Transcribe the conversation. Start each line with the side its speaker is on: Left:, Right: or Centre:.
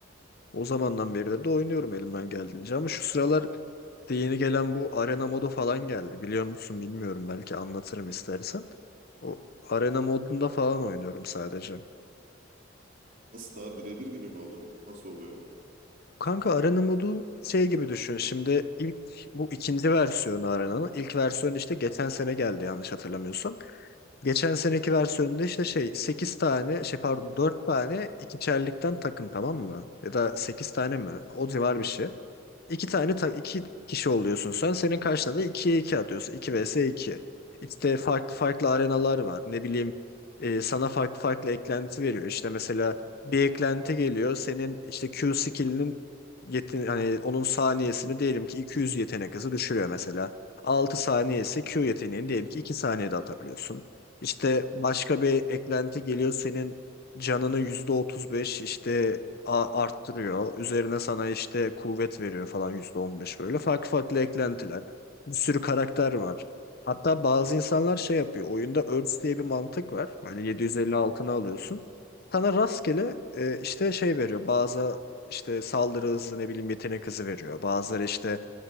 Left: O zamandan beridir de oynuyorum elimden geldiğince ama şu sıralar de yeni gelen bu arena modu falan geldi. Biliyor musun bilmiyorum belki anlatırım istersen.
Right: Evet.
Left: O arena modunda falan oynuyorum sadece.
Right: Nasıl daha birebir gibi mi oluyor? Nasıl oluyor?
Left: Kanka arena modu şey gibi düşün. Şimdi ilk bu ikinci versiyonu arenanın. İlk versiyon işte geçen sene geldi yanlış hatırlamıyorsam. Geçen seneki versiyonunda işte şey 8 tane şey pardon 4 tane ikiçerlikten takım tamam mı? Ya da 8 tane mi? O civar bir şey. İki tane ta- iki kişi oluyorsun sen. Senin karşına da 2'ye 2 atıyorsun. iki vs 2. İşte farklı farklı arenalar var. Ne bileyim e, sana farklı farklı eklenti veriyor. İşte mesela bir eklenti geliyor. Senin işte Q skill'inin yetin hani onun saniyesini diyelim ki 200 yetenek hızı düşürüyor mesela. altı saniyesi Q yeteneğini diyelim ki 2 saniyede atabiliyorsun. İşte başka bir eklenti geliyor senin canının %35 işte a- arttırıyor. Üzerine sana işte kuvvet veriyor falan %15 böyle. Farklı farklı eklentiler. Bir sürü karakter var. Hatta bazı insanlar şey yapıyor. Oyunda Earth diye bir mantık var. Hani 750 altını alıyorsun. Sana rastgele e, işte şey veriyor. Bazı işte saldırı hızı ne bileyim yetenek hızı veriyor. Bazıları işte